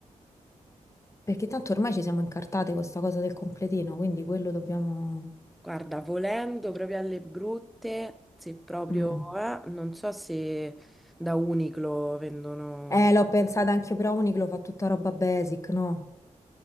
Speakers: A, on the left (about 20°); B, in the centre.
A: Perché tanto ormai ci siamo incartate con sta cosa del completino, quindi quello dobbiamo...
B: Guarda, volendo proprio alle brutte, se proprio,
A: Mm.
B: eh, non so se da Uniqlo vendono,
A: Eh,
B: non
A: l'ho pensato anche io, però Uniqlo fa tutta roba basic, no?